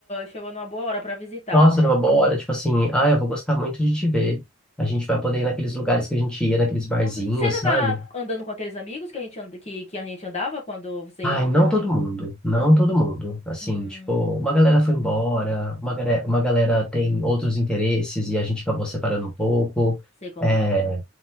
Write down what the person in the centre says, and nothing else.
Nossa, numa boa hora, tipo assim, ah, eu vou gostar muito de te ver. A gente vai poder ir naqueles lugares que a gente ia, naqueles barzinhos,
sabe?
Ai,
não todo mundo, não todo mundo. Assim,
tipo, uma galera foi embora, uma galera, uma galera tem outros interesses e a gente acabou separando um pouco.
É,